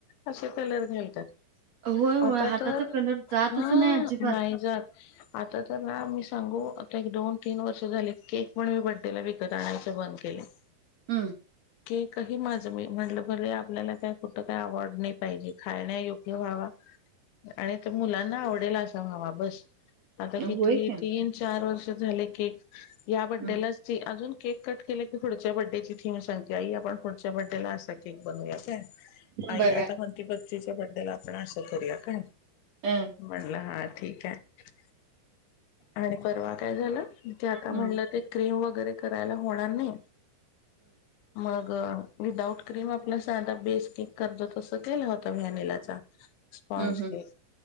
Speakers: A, on the left (about 85°); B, on the right (about 45°).
A: असे कलर घालतांत.
B: होय होय
A: आंता
B: हाताचा
A: तरं
B: कलर जातच
A: हां
B: नाही अजिबात
A: नाहीं जातं. आंता तरं नां मी सांगू. एक दोन तीनं वर्ष झाली केक पणं मी बड्डेला विकतं आणायचं बंद केले.
B: हम्मं.
A: की कांहीं माझं मी म्हटलं भरं आपल्यांला कां कुठं कांहीं अवॉर्ड नाहीं पाहिजे खांयण्या योग्यं व्हावां. आणि तरं मुलांना आवडेल असां व्हावां बसं. आंता किती
B: होय की
A: तीनं चार वर्ष झाले केक यां
B: हम्म
A: बड्डेलांच. अजूंन केक कंट केले की पुढच्यां बड्डेची थीम सांगते आई आपणं. तिच्या बड्डे लां असां केक बनूंया कां. आई
B: बघा
A: आंता मेणं बत्तीच्यां बद्दल आपणं असं करूंया कां.
B: हम्म
A: म्हणलं हां ठीक आहे आणि पर्वा कायं झालं. ते आंता म्हणलं
B: हम्म
A: ते क्रीम वगैरें करायंला होणारं नाहीं. मंग विदाउट क्रीम आपलां सांधा बेसं केक करतो तसं केलं होतं व्हॅनिला चां. स्पॉज
B: हम्म
A: केक
B: हम्म हम्म